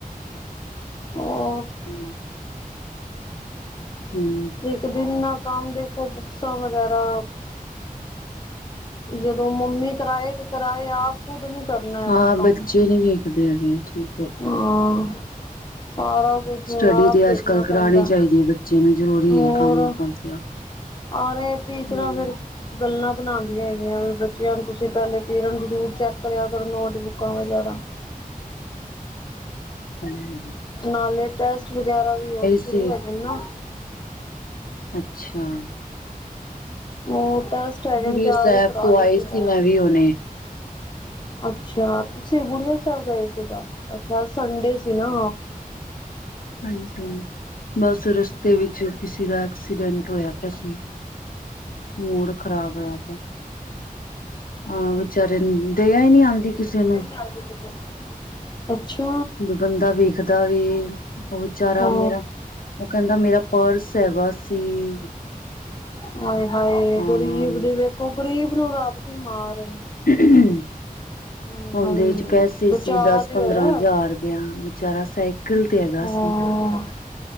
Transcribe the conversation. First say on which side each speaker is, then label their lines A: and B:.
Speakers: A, on the left; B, on the left.
A: ਉਹ
B: ਤੇ ਹਮ
A: ਇਹਨਾ ਕੰਮ ਦੇਖੋ ਬੁਕਸਾਂ ਵਗੈਰਾ ਜਦੋਂ ਮੰਮੀ ਕਰਾਏ ਤੇ ਕਰਾਏ ਆਪ ਕੁਦ ਨੀ ਕਰਨਾ
B: ਹਾਂ
A: ਹੈਗਾ ਕੰਮ
B: ਬੱਚੇ ਨੀ ਵੇਖਦੇ ਹੈਗੇ, ਠੀਕ ਹੈ।
A: ਹਾਂ ਸਾਰਾ ਕੁਛ
B: ਸਟੱਡੀ
A: ਆਪ
B: ਤੇ
A: ਦੇਖਣਾ
B: ਅੱਜ ਕੱਲ੍ਹ ਕਰਾਉਣੀ
A: ਪੈਂਦਾ
B: ਚਾਹੀਦੀ ਹੈ, ਬੱਚੇ ਨੂੰ ਜ਼ਰੂਰੀ
A: ਹੋਰ'
B: ਹੈ ਕੰਮ ਕਰਦਿਆਂ।
A: ਆਰੇ ਟੀਚਰਾਂ
B: ਹਮ,
A: ਫੇਿਰ ਗੱਲਾਂ ਬਣਾਦਿਆ ਹੈਗੀਆਂ ਬੱਚਿਆਂ ਨੂੰ ਤੁਸੀਂ ਪਹਿਲੇ ਪੀਰਿਡ ਜ਼ਰੂਰ ਚੈੱਕ ਕਰਿਆ ਕਰੋ ਨੋਟਬੁੱਕਾਂ ਵਗੈਰਾ
B: ਹਮ
A: ਨਾਲੇ ਟੈਸਟ ਵਗੈਰਾ ਵੀ ਆ
B: ਸੀ,
A: ਸ਼ੁਰੂ ਹੈਗੇ ਨਾ
B: ਅੱਛਾ
A: ਉਹ ਤਾਂ ਗਨ
B: ਬੁੜੀ
A: ਤਿਆਰ
B: ਸਾਹਿਬ
A: ਹੀ ਕਰਾ
B: ਤੋਂ
A: ਰਹੀ
B: ਆਈ
A: ਸੀ ਮੈਂ
B: ਵੀ ਹੁਣੇ,
A: ਅੱਛਾ ਤੁਸੀਂ ਬੁੜੀਆ ਸਾਹਿਬ ਗਏ ਸੀਗਾ ਅੱਛਾ ਸੰਡੇ ਸੀ ਨਾ
B: ਹਾਂਜੀ ਹਾਂਜੀ ਬਸ ਰਸਤੇ ਵਿੱਚ ਕਿਸੇ ਦਾ ਐਕਸੀਡੈਂਟ ਹੋਇਆ ਸੀ ਮੂਡ ਖਰਾਬ ਰ ਪਿਆ ਆ ਵਿਚਾਰੇ ਨੂੰ ਦਆ ਹੀ ਨਹੀਂੀ ਆਉਂਦੀ ਕਿਸੇ ਨੂੰ
A: ਕੀਤੀ ਸੀ ਅੱਛਾ,
B: ਬੰਦਾ ਵੇਖਦਾ ਵੀ ਉਹ ਵਿਚਾਰਾ
A: ਹਾਂ।
B: ਮੇਰਾ ਉਹ ਕਹਿੰਦਾ ਮੇਰਾ ਪਰਸ ਹੈਗਾ ਸੀ।
A: <unintelligible> ਆਏ-ਹਾਏ
B: ਹਾਂ
A: ਗਰੀਬ ਦੀ ਵੇਖੋ, ਗ਼ਰੀਬ ਨੂੰ ਰੱਬ ਦੀ ਮਾਰ ਏ।
B: <unintelligible>
A: ਹਾਏ
B: ਓਂਦੇ
A: ਹਾਏ
B: ਵਿੱਚ ਪੈਸੇ
A: ਬਚਾ
B: ਸੀ ਦਸ,
A: ਤੇ
B: ਪੰਦਰਾਂ
A: ਹੋਇਆ
B: <unintelligible> ਪਿਆ। ਵਿਚਾਰਾ ਸਾਈਕਲ ਤੇ ਹੈਗਾ
A: ਹਾਂ
B: ਸੀ।